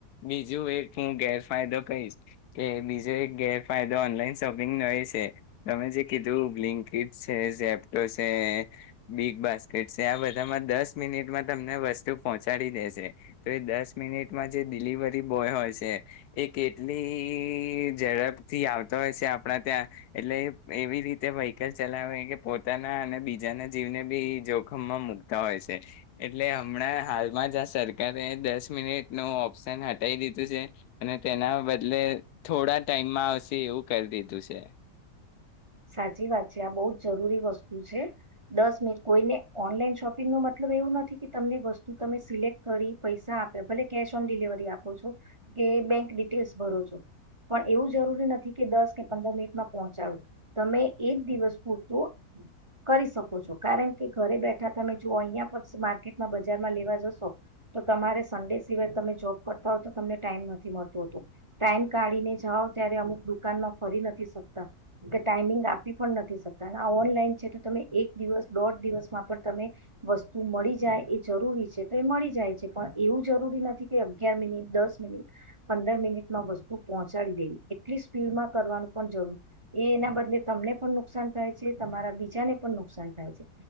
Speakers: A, on the left; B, on the right.
A: બીજું એક હું ગેરફાયદો કહીશ કે બીજો એક ગેરફાયદો ઓનલાઈન શોપિંગનો એ છે તમે જે કીધું ગ્લિંકીટ છે ઝેપ્ટો છે બિગ બાસ્કેટ છે આ બધામાં દસ મિનિટમાં તમને વસ્તુ પહોચ પચાડી દે છે તો એ દસ મિનિટમાં જે ડિલિવરી બોય હોય છે એ કેટલી ઝડપથી આવતો હોય છે આપણા ત્યાં એટલે એવી રીતે વ્હકલ ચલાવે કે પોતાના અને બીજાના જીવને બી જોખમમાં મકતા હોય છે એટલે હમણાં હાલ માં જ સરકારે દસ મિનિટ ન ઓપ્શન હટાવ દીધું છે અને તેના બદલે થોડા ટાઈમમાં આવશે એવું કરી દીધું છે
B: સાચી વાત છે આ બહુ જ જરૂરી વસ્તુ છે દસ મિનિટ કોઈને ઓનલાઈન શોપિંગ ન મતલબ એવું નથી કે તમને વસ્તુ તમે સિલેક્ટ કરી પૈસા આપે ભલે કેશ ઓન ડિલિવરી આપો છો કે બેંક ડિટેલ્સ ભરો છો પણ એવું જરૂરી નથી કે દસ કે પંદર મિનિટમાં પહોંચાડવું તમે એજ દિવસ પૂરતું કરી શકો છો કારણ કે ઘરે બેઠા તમે જો અહિયાયા પ માર્કેટમાં બજારમાં લેવા જશો તો તમારે સડે સિવાય તમે જોબ કરતા હો તો તમને ટાઈમ નથી મળતોતો ટાઈમ કાઢીને જાઓ ત્યારે અમુક દુકાનમાં ફરી નથી શકતા કે ટાઈમિંગ આપ આપી પણ નથી શકતા અને ઓનલાઈન છે તો તમે એક દિવસ દોઢ દિવસમાં પણ તમે વસ્તુ મળી જાય એ જરૂરી છે તો એ મળી જાય છે પણ એવું જરૂરી નથી કે અગિયાર મિનિટ દસ મિનિટ પંદર મિનિટમાં વસ્તુ પહોંચાડી દેવી એટલી સ્પીડમાં કરવાનું પણ જરૂર એ એના બદલે તમને પણ નુકસાન થાય છે તમારા બીજાને પણ નુકસાન થાય છે